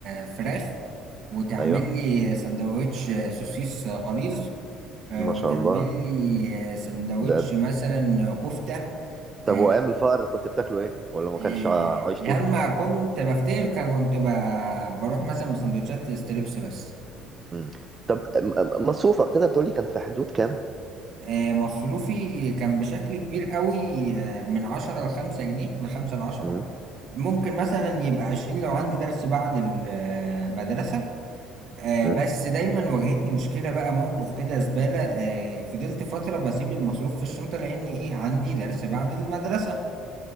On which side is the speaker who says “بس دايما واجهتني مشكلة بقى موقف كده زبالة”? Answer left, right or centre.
Right